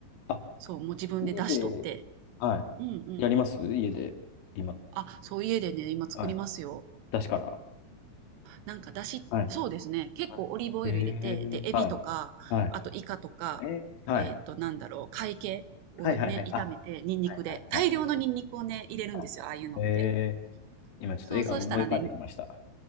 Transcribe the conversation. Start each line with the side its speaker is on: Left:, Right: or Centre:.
Left: あ、
Right: そう、もう自分で出しとって。
Left: 家で、はい。
Right: うんうん。
Left: やります家で、
Right: そう。
Left: 今、
Right: あ、そう、家でね、今作りますよ。
Left: はい。出しから。
Right: なんか、だし、
Left: はい。
Right: そうですね。結構オリーブオイル入れて、
Left: はいへえ。
Right: で、エビとか、
Left: はい。はい。
Right: あとイカとか、
Left: えー、はい。
Right: えっと、なんだろう、貝系をね、
Left: はいはいはい。
Right: 炒めて、
Left: あ、
Right: ニンニクで。
Left: はいはいはいはい。
Right: 大量のニンニクをね、入れるんですよ、
Left: はいえー。
Right: ああいうのって。
Left: 今ちょっと絵が思い浮かんできました。
Right: そう、そうしたらね、